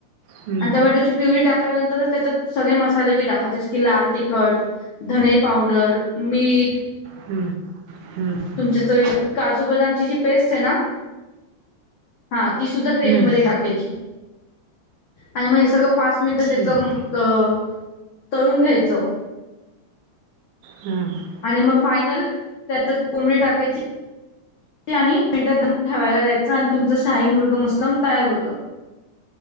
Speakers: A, on the right (about 85°); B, on the left (about 80°).
A: हम्म
B: आणि टोमॅटोची पिवरी टाकल्यानंतरच त्याच्यात सगळे मसाले बी टाका जस की लाल तिखट धने पावडर मीठ
A: हम्म हम्म <inaudible>
B: तुमच्या चवीला काजू बदामची जी पेस्ट आहे ना हा ती सुद्धा ग्रेवी
A: हम्म
B: म टाकायची आणि मग हे सगळं पाच मिनिटं
A: ठीक
B: त्याच अ
A: आहे
B: तळून घ्यायचं
A: हम्म
B: आणि मग फायनल त्यात <unintelligible> कोंबडी टाकायची आणि मिनट दम ठेवायला जायचं आणि तुमचं शाही मुर्गं मुस्लम तयार होतं